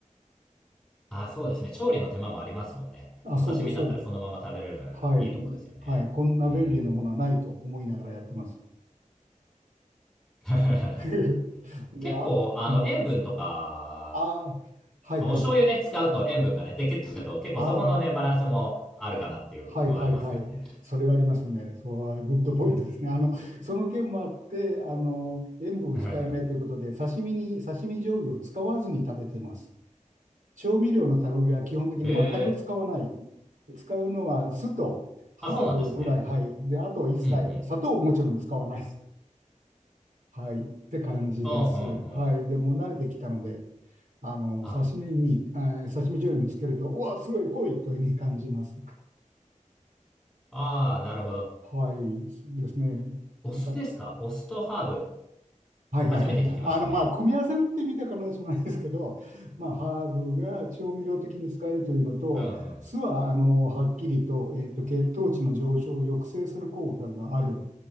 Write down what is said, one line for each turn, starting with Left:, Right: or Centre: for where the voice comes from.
Centre: ああ、そうですね。調理の手間もありますもんね。
Right: あ、
Centre: お刺身だったらそのまま食べれるのはいいとこですよね。
Right: そうです、そうです。はい。はい。こんな便利なものはないと思いながらやってます。
Centre: うん。<laughs>
Right: <laughs> で、
Centre: 結構、
Right: あ、
Centre: あの、
Right: うん。
Centre: 塩分とか、
Right: ああ、はいはい。
Centre: お醤油ね、使うと塩分がね、で、結構、結構そこのね、
Right: ああ、
Centre: バランスもあるかなっていうのはありますけどね。
Right: はいはいはい。それがありますね。そう、グッドポイントですね。あの、その件もあって、あの、塩分控えめということで、
Centre: <laughs>
Right: 刺身に、刺身醤油を使わずに食べてます。調味料の類は基本的に全く使わない。
Centre: ええ
Right: 使うのは酢とハーブぐらい、
Centre: あ、そうなんですね。
Right: はい。で、あとは一切、
Centre: うんうん。
Right: 砂糖をもちろん使わない。はい。って感じです。
Centre: うんうんう
Right: はい。
Centre: ん。
Right: でもう慣れてきたので、あの、
Centre: あ
Right: 刺身に、えー刺身醤油につけると、うわ、すごい濃いというふうに感じます。
Centre: あ、あーなるほど。
Right: はい、そうですね。
Centre: お酢ですかお酢とハーブ。
Right: なんか、はいはいはいはい。
Centre: 初めて聞きましたね。
Right: あの、まあ、組み合わせるって意味では必ずしもないですけど、まあ、ハーブが調味料的に使えるというのと、
Centre: うんうん。
Right: 酢は、あの、はっきりと、えっと、血糖値の上昇を抑制する効果がある。